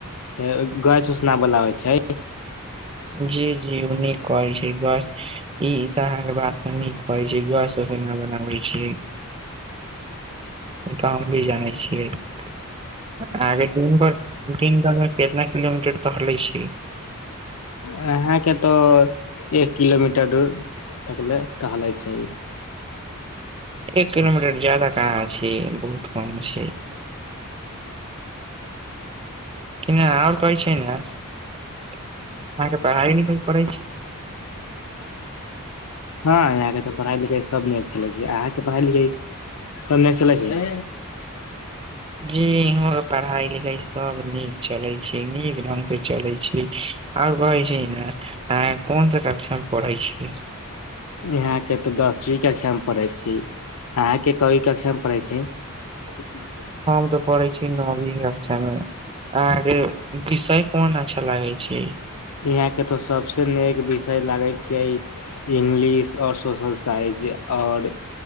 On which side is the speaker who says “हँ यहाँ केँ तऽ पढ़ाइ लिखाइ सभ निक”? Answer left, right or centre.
Left